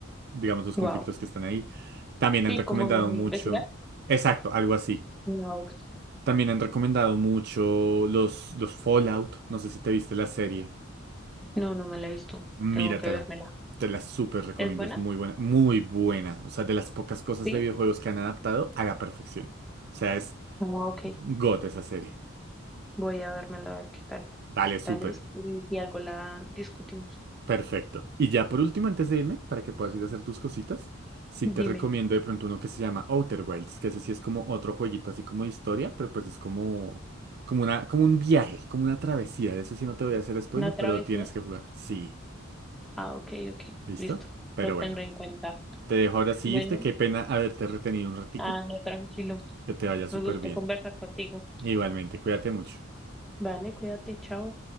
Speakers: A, on the right; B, in the centre.
A: digamos, los
B: Wow.
A: conflictos que están ahí. También han
B: Sí,
A: recomendado
B: como de
A: mucho.
B: investigar.
A: Exacto, algo así.
B: No, ok.
A: También han recomendado mucho los, los Fallout. No sé si te viste la serie.
B: No, no me la he visto.
A: Míratela.
B: Tengo que vérmela.
A: Te la súper recomiendo.
B: ¿Es buena?
A: Es muy buena. Muy buena. O sea, de las pocas cosas
B: Sí.
A: de videojuegos que han adaptado a la perfección. O sea, es
B: No, ok.
A: GOT esa serie.
B: Voy a vérmela a ver qué tal,
A: Dale,
B: qué
A: súper.
B: tal es y si algo la discutimos.
A: Perfecto. Y ya por último, antes de irme, para que puedas ir a hacer tus cositas, sí te
B: Dime,
A: recomiendo de pronto uno que se llama Outer Wilds, que ese sí es como otro jueguito así como de historia, pero pues es como, como una, como un viaje, como una travesía. De ese sí no te voy a hacer spoiler,
B: ¿una travesía?
A: pero lo tienes que jugar. Sí,
B: Ah, ok, ok.
A: ¿listo?
B: Listo.
A: Pero
B: Lo tendré
A: bueno,
B: en cuenta.
A: te dejo ahora sí
B: Bueno,
A: irte. Qué pena haberte retenido un ratico.
B: ah, no, tranquilo.
A: Que te vaya súper
B: Me gustó
A: bien.
B: conversar contigo.
A: Igualmente, cuídate mucho.
B: Vale, cuídate, chao.